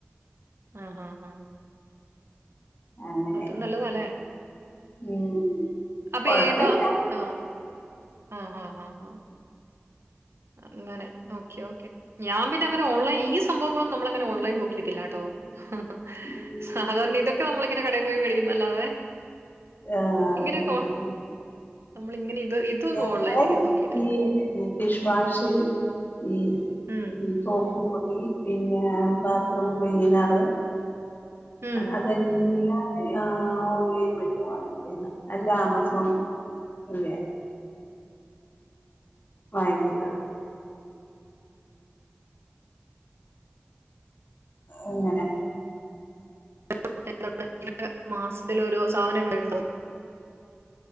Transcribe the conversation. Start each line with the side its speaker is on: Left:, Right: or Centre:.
Right: ആഹ് ആഹ് ആഹ്
Left: അങ്ങനെ
Right: അതും നല്ലതാല്ലേ
Left: ഉം
Right: ഭേദ
Left: കൊഴപ്പയില്ല
Right: ഹ ഹ ഹ ഹ ഹ അങ്ങനെ ഓക്കെ ഓക്കെ ഞാൻ പിന്നെ അങ്ങനെ ഉള്ള ഈ സംഭവങ്ങളൊന്നും നമ്മളങ്ങനെ ഓൺലൈൻ നോക്കിട്ടില്ലാട്ടോ, ഹ് ഹ്
Left: ഉം
Right: സാധരണ ഇതൊക്കെ ഓൺലൈ കടയിൽ പോയി മേടിക്കുന്നതല്ലാതെ
Left: ആഹ് അതെ
Right: ഇങ്ങനെയൊക്കവാ നമ്മളിങ്ങനെ ഇത് ഇതൊന്നും
Left: ഞങ്ങള്
Right: ഓൺലൈനിൽ ഇങ്ങനെ നോക്കിയിട്ടില്ല
Left: ഈ ഡിഷ് വാഷ് ഈ
Right: ഉം
Left: തോപ്പ് <unintelligible> പിന്ന ബാത്ത് റൂം ക്ലീനർ
Right: ഉം
Left: അതെല്ലാം ഓൺലൈൻ വഴിയ വാങ്ങിക്കന്നെ അല്ലെ ആമസോൺ അതേ വാങ്ങിക്കുന്നത് അങ്ങനെ
Right: <unintelligible> മാസത്തിലൊരു സാധനം ഇവിടെണ്ടാവും